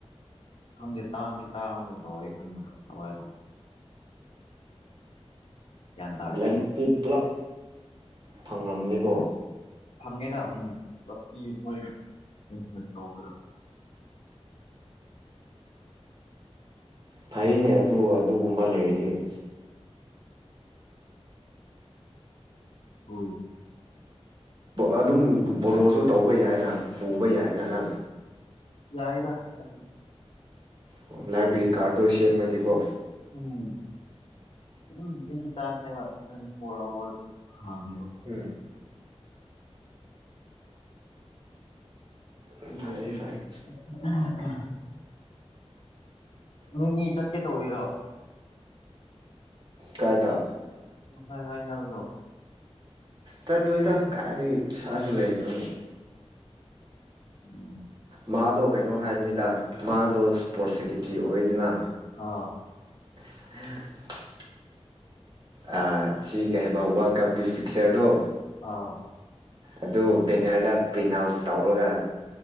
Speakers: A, on the left; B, on the right.
A: ꯈꯪꯗꯦ ꯇꯥꯡꯗꯤ ꯇꯥꯡꯕꯒꯨꯝ ꯇꯧꯋꯦ ꯈꯟꯕꯗ‌ ꯀꯋꯥꯏꯗꯅꫭ ꯒ꯭ꯌꯥꯟ ꯇꯥꯗꯦ
B: ꯂꯔꯤꯛꯇꯤ ꯄꯨꯂꯞ ꯐꯪꯔꯝꯅꯤꯀꯣ
A: ꯊꯝꯒꯦꯅ ꯑꯃꯨꯛ ꯄꯨꯂꯞ ꯄꯤ ꯃꯣꯏꯅ ꯀꯦꯟꯁ ꯇ꯭ꯔꯥ
B: ꯐꯩꯅꯦ ꯑꯗꯨ ꯑꯗꯨꯒꯨꯝꯕ ꯂꯩꯔꯗꯤ <inaudible>
A: ꯍꯣꯏ
B: ꯑꯗꯨꯝ ꯕꯣꯔꯣꯁꯨ ꯇꯧꯕ ꯌꯥꯏꯅ ꯄꯨꯕ ꯌꯥꯏꯅ ꯅꯪ
A: ꯌꯥꯏꯗ ꯑꯗꯨ
B: ꯑꯣ ꯂꯥꯏꯕ꯭ꯔꯦꯔꯤ ꯀꯥꯔꯗꯣ ꯁꯦꯝꯃꯗꯤꯀꯣ
A: ꯎꯝ ꯑꯗꯨꯝ ꯑꯦꯅꯤ ꯇꯥꯏꯝꯅꯦꯕ ꯇ꯭ꯋꯦꯟꯇꯤ ꯐꯣꯔ ꯑꯋꯥꯔ ꯍꯥꯡꯉꯦꯕ
B: ꯎꯝ ꯐꯩꯌꯦ
A: ꯎꯝ ꯎꯝ
B: ꯐꯩꯌꯦ
A: ꯎꯝ <unintelligible> ꯅꯣꯏꯅꯤ ꯆꯠꯀꯦ ꯇꯧꯔꯤꯔꯣ
B: ꯀꯥꯏꯗ
A: ꯉꯥꯁꯥꯏ ꯍꯥꯏꯅꯕꯗꯣ
B: ꯆꯠꯂꫭꯏꯗ ꯀꯥꯏꯗꯒꯤ ꯄꯩꯁꯥꯁꯨ ꯂꯩꯇꯅ
A: ꯎꯝ
B: ꯃꯥꯗꯣ ꯀꯩꯅꯣ ꯍꯥꯏꯕꯅꯤꯗ ꯃꯥꯗꯣ ꯁ꯭ꯄꯣꯔꯠ ꯁꯦꯀꯦꯇ꯭ꯔꯤ ꯑꯣꯏꯗꯅ
A: ꯑꯥ
B: <inaudible> ꯑ ꯁꯤ ꯀꯩ ꯍꯥꯏꯕ ꯋꯥꯔꯜ ꯀꯞꯀꯤ ꯐꯤꯛꯆꯔꯗꯣ
A: ꯑ
B: ꯑꯗꯨ ꯕꯦꯅꯔꯗ ꯄ꯭ꯔꯤꯟꯠ ꯑꯥꯎꯠ ꯇꯧꯔꯒ